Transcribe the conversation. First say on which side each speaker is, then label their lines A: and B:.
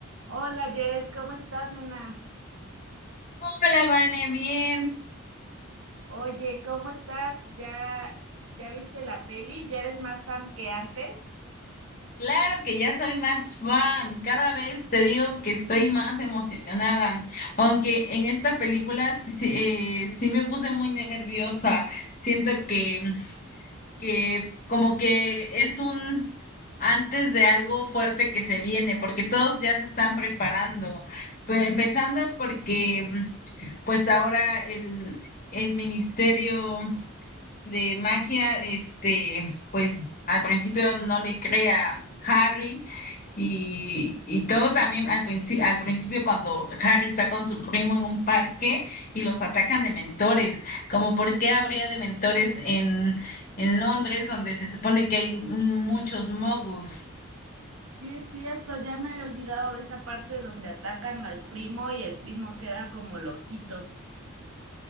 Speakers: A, on the right (about 65°); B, on the left (about 40°).
A: Hola Jess, ¿cómo estás, nena?
B: Hola, Vane, bien.
A: Oye, ¿cómo estás? ¿Ya, ya viste la peli? ¿Ya eres más fan que antes?
B: Claro que ya soy más fan. Cada vez te digo que estoy más emocionada. Aunque en esta película sí, sí, eh, sí me puse muy nerviosa. Siento que, que como que es un antes de algo fuerte que se viene, porque todos ya se están preparando. Pe- empezando porque pues ahora el, el ministerio. de magia, este, pues al principio no le crea Harry y, y todo también al principio, al principio cuando Harry está con su primo en un parque y los atacan de mentores, como por qué habría de mentores en, en Londres donde se supone que hay muchos muggles.
A: Sí, es cierto, ya me había olvidado de esa parte donde atacan al primo y el primo queda como loquito.